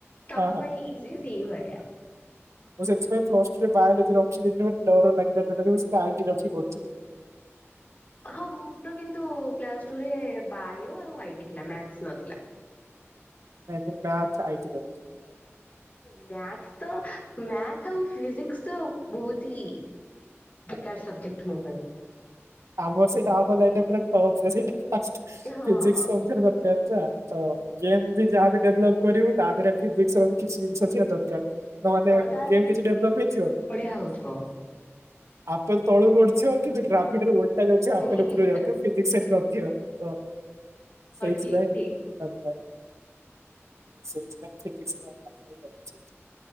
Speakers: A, on the left; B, on the right.
A: ତମ
B: ହଁ ହଁ।
A: ପାଇଁ ଇଜି ସେଇଭଳିଆ।
B: ମୁଁ ସେଥିପାଇଁ ପ୍ଲସ ଟୁ ରେ ବାୟୋଲୋଜି ରଖିଲି ନାହିଁ ଡର ଲାଗିଲା ଟୋଟାଲ ଆଇଟି ରଖି ପଢୁଥିଲି।
A: ହଁ ମୋର କିନ୍ତୁ ପ୍ଲସ୍ ଟୁରେ ବାୟୋ ଆଉ ଆଇ ଟି ଥିଲା ମ୍ୟାଥ ନଥିଲା।
B: ନାଇଁ ମୁଁ ମ୍ୟାଥ ଆଇଟି ରଖଥିଲି।
A: ମ୍ୟାଥ ତ ମ୍ୟାଥ ଆଉ ଫିଜିକ୍ସ ତ ବହୁତ ହି ବେକାର ସବଜେକ୍ଟ ମୋ ପାଇଁ।
B: ଆମ ସେଇଟାପ ଟ ସେଇ
A: ହଁ
B: ଫିଜିକସ
A: ହଁ
B: ସମ ଏ <inaudible> ତ ଗେମ୍ ବି ଯାହାବି ଡେଭଲପ୍ କରିବୁ ତା ଦେହରେ ଫିଜିକ୍ସ ର ବି କିଛି ଜିନିଷ ଥିବା ଦରକାର। ନହେଲେ
A: ହଁ ତାହେଲେ
B: ଗେମ
A: ତ
B: କିଛି
A: ତମର
B: ଡେଭ୍ଲପ
A: ଫିଜିକ୍ସ
B: ହେଇଯିବ।
A: ବହୁତ ବଢିଆ ହଉଥିବ।
B: ଆପେ ତଳକୁ ଗଡିଛିବ କିନ୍ତୁ ଗ୍ରାମୀଣରେ ଯାଉଛି ହାପେଣ୍ଟ
A: ହଁ
B: ଉପରକୁ ଯାଉଥିବ। ଫିଜିକ୍ସ ସାଇଟ ନଥିବ ତ। ସେଇଥିପାଇଁ
A: ଠିକ
B: <unintelligible>
A: ଠିକ
B: ସେଇଥି ପାଇଁ ଫିଜିକ୍ସ <unintelligible>